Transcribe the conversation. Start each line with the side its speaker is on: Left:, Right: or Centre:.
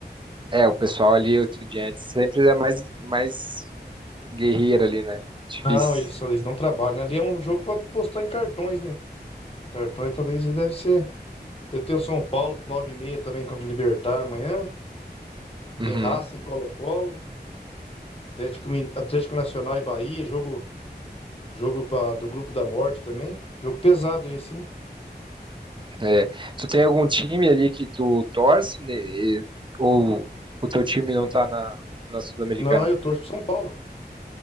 Right: é, o pessoal ali, estudiante, sempre é mais, mais guerreiro ali, né? Difícil.
Left: Não, eles, só- eles não trabalham, né? Ali é um jogo para postar em cartões, né? Cartões talvez deve ser. Eu tenho São Paulo, nove e meia também contra o Libertad amanhã.
Right: Uhum.
Left: Tem Racing, Colo-Colo, Atlético, Min- Atlético Nacional e Bahia, jogo, jogo pra, do Grupo da Morte também. Jogo pesado esse, hein?
Right: É. Tu tem algum time ali que tu torce, né? E- Ou o teu time não tá na, na Sul-Americana?
Left: Não, eu torço pro São Paulo.